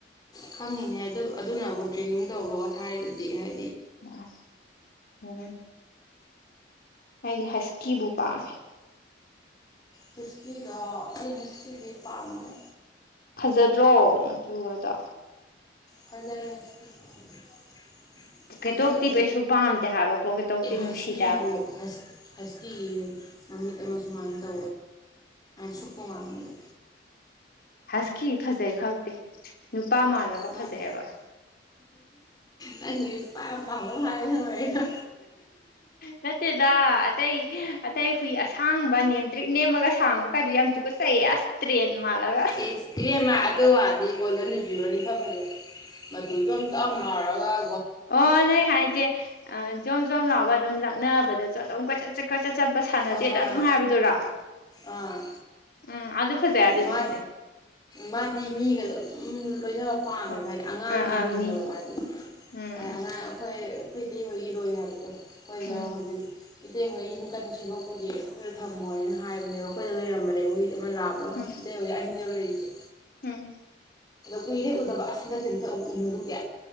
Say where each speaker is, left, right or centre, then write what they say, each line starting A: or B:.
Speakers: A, on the left; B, on the left.
A: ꯈꯪꯉꯤꯅꯦ ꯑꯗꯨꯅꯕꯨ ꯇ꯭ꯔꯦꯅꯤꯡ ꯇꯧꯕ ꯋꯥ ꯊꯥꯏꯔꯤꯗꯨꯗꯤ ꯍꯥꯏ
B: ꯃꯅꯦ ꯎꯝ ꯑꯩꯗꯤ ꯍꯁꯀꯤꯕꯨ ꯄꯥꯝꯃꯦ
A: ꯍꯁꯀꯤꯗꯣ ꯑꯩ ꯍꯧ ꯄꯥꯝꯗ
B: ꯐꯖꯗ꯭ꯔꯣ ꯃꯆꯨꯒꯗ
A: ꯐꯖꯩꯁꯛ
B: ꯄꯣꯀꯦꯇꯣꯛꯇꯤ ꯀꯩꯁꯨ ꯄꯥꯝꯗꯦ ꯍꯥꯏꯕ ꯄꯣꯀꯦꯇꯣꯛꯇꯤ ꯅꯨꯡꯁꯤꯗꯦ
A: ꯍꯁꯕꯨ
B: ꯍꯥꯏꯕ
A: ꯍꯁꯀꯤꯒꯤ ꯃꯃꯤꯠ ꯑꯃ ꯁꯨꯃꯥꯏꯅ ꯁꯄꯃꯗ <unintelligible>
B: ꯍꯁꯈꯤ ꯐꯖꯩ ꯈꯪꯇꯦ ꯅꯨꯄꯥ ꯃꯥꯜꯂꯒ
A: ꯅꯪ
B: ꯐꯖꯩꯑꯦꯕ
A: ꯅꯪꯁꯦ ꯅꯨꯄꯥ ꯌꯥꯝ ꯄꯥꯝꯕ ꯃꯥꯜꯂꯦ ꯅꯪ ꯑꯣꯏꯔꯤꯗꯣ
B: ꯅꯠꯇꯦꯗ ꯑꯇꯩ ꯑꯇꯩ ꯍꯨꯏ ꯑꯁꯥꯡꯕ ꯅꯦꯝꯇ꯭ꯔꯤꯛ ꯅꯦꯝꯃꯒ ꯁꯥꯡꯕ ꯀꯩ ꯌꯥꯝ ꯇꯨ ꯀꯁ ꯑꯁꯇ꯭ꯔꯤꯅ ꯃꯥꯂꯒ
A: ꯑꯦ ꯏꯕꯦꯝꯃ ꯑꯗꯨ ꯑꯣꯏꯔꯗꯤ ꯀꯣꯣꯟꯗ ꯨ꯭ꯕꯅꯤ ꯊꯝ ꯐꯁꯦ ꯃꯗꯨꯗꯣ ꯑꯃꯇ ꯑꯃ ꯂꯥꯎꯔꯒ
B: ꯑꯣ ꯅꯣꯏ ꯍꯥꯏꯁꯦ ꯑ ꯖꯣꯝ ꯖꯣꯝ ꯂꯥꯎꯕ ꯑꯗꯨꯝ ꯂꯥꯛ ꯅꯕꯗꯥ ꯆ ꯆ ꯆꯠ ꯆꯠꯄ ꯁꯥꯟꯅꯖꯦꯗ
A: ꯍꯣꯏ ꯍꯣꯏ
B: ꯑꯗꯨꯝ ꯍꯥꯏꯕꯗꯨꯔ
A: ꯑꯥ
B: ꯎꯝ ꯐꯖꯩ ꯑꯗꯨꯁꯨ
A: ꯃꯥ
B: ꯐꯖꯩ
A: ꯃꯥꯗꯤ ꯃꯤꯒꯂ ꯂꯣꯏꯅꯕ ꯄꯥꯝꯃꯦꯕ
B: ꯍꯣꯏ
A: ꯍꯥꯏꯗꯤ ꯑꯉꯥꯡꯒꯤ
B: ꯑꯥ ꯑꯥ
A: ꯍꯨꯏꯅꯦꯕ
B: ꯃꯤ
A: ꯃꯥꯗꯤ
B: ꯎꯝ
A: ꯑꯉꯥꯡ ꯑꯩꯈꯣꯏ ꯈꯣꯏ ꯑꯣꯏ ꯔꯣ ꯍꯥꯏꯗꯣ ꯍꯈꯣꯏꯗ
B: ꯎꯝ
A: ꯍꯧꯖꯤ ꯏꯊꯦꯡꯈ ꯌꯨꯝ ꯀꯟ ꯁꯤꯗꯣꯛꯄꯒꯤ ꯑꯩꯈꯣꯏꯗ ꯊꯝꯃꯣ ꯍꯥꯏꯅ ꯍꯥꯏꯕꯅꯦꯕ ꯑꯩꯈꯣꯏꯗ ꯂꯩꯔꯝꯕꯅꯦꯕ ꯑꯩꯈꯣꯏꯗ ꯃꯥꯕ ꯑꯗꯨ
B: ꯎꯝ ꯎꯝ
A: ꯑꯣꯏ ꯑꯅꯤꯕ ꯂꯩꯗꯤ
B: ꯎꯝ
A: ꯀꯨꯏꯔꯦꯎꯗꯕ ꯑꯁꯟꯗ ꯀꯝꯇ ꯑꯃꯨꯛ ꯎꯅꯔꯨꯒꯦ